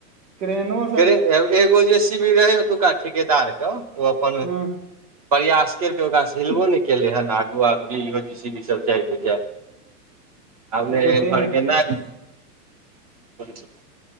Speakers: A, on the right (about 80°); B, on the right (about 25°).
A: क्रेनो
B: क्रे एगो जे सी बी रहै ओतुका ठिकेदारके ओ अपन
A: हँ
B: प्रयास केलकै ओकरासँ हिलबो नहि केले हन आगू आब जे इहो जे छै ई सब जाय त जाय
A: <unintelligible>
B: आब न
A: दू
B: एम्हर
A: तीन
B: गेनाय -